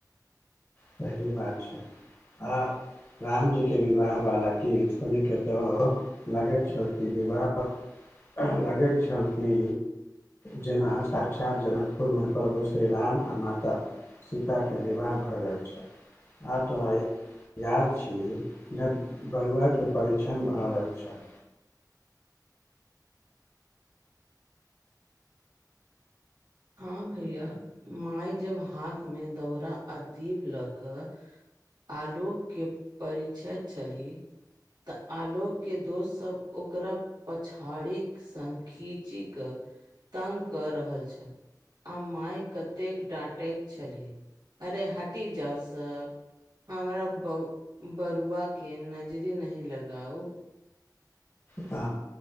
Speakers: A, on the left; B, on the right.
A: सही बात छै आ, रामजीके विवाह बला गीत सुनिके त, लागैत छल कि विवाह लागैत छल की, जेना साक्षात जनकपुर मे प्रभु श्री राम आ माता! सीता के विवाह भ रहल, आब तोरा याद छी जब बरुआके परिछन भऽ रहल छल,
B: हँ भैया माय जब हाथ में दौड़ आ दीप ल क? आलोक के परिछैत छली, तऽ आलोक दोस्त सब ओकरा पछाड़ी, संग खीची कऽ तंग कऽ रहल छल! आ माय कतेक डाँटैत छली अरे हटी जाउ सब! हमरा ब बरुआ के नजरी नही लगाउ!
A: ह